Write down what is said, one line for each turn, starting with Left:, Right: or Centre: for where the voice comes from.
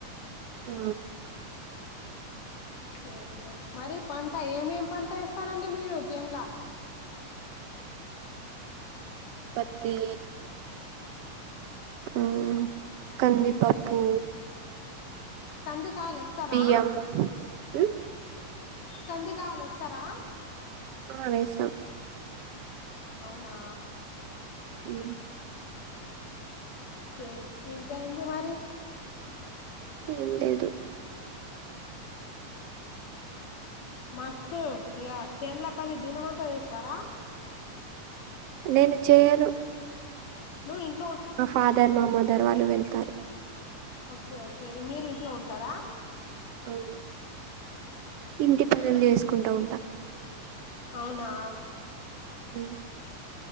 Right: ఆ
Left: ఓకె ఓకె మరి పంట ఏమేమ్ పంట వ్స్తారంండి మీరు చేన్ల
Right: పత్తి ఆ కందిపప్పుూ
Left: కంది కాయలు ఎస్తరా
Right: బియ్యం ఉమ్,
Left: కంది కాయల్ ఎస్తరా
Right: ఆ వేస్తాం
Left: అవునా
Right: ఉ
Left: కే ఇంక ఎంది మరి
Right: ఏం లేదు
Left: మసు ఇగ చేన్ల పని దీనంమంతా చేస్తారా
Right: నేను చేయను
Left: నువ్వు ఇంట్
Right: మా ఫాదర్ మా మదర్ వాళ్ళు వెళ్తారు
Left: ఓకే ఓకే మీరు ఇంట్లో ఉంటారా
Right: అవును ఇంటి పనులు చేసుకుంటా ఉంటా
Left: అవునా
Right: అ